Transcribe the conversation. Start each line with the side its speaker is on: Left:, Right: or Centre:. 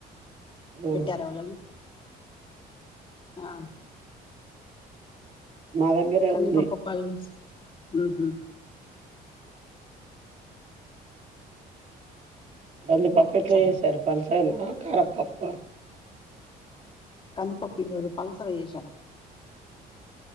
Right: ఓ
Left: పెట్టారావళని ఆ
Right: మా దగ్గరే
Left: కంది
Right: ఉంది
Left: పప్పు పల్స్ మ్మ్ హ్మ్
Right: గందిపప్పు ఎట్లా
Left: చ
Right: చేసారు ప సరేనా కారప్పప్ప
Left: కందిప పోరుదు పల్సర ఏస